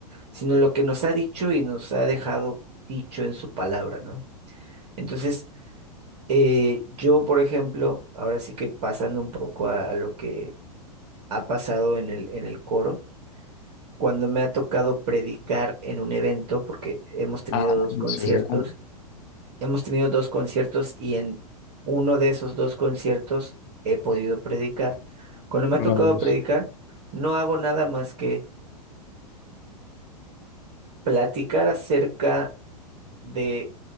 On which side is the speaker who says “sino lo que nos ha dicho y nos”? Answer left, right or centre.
Right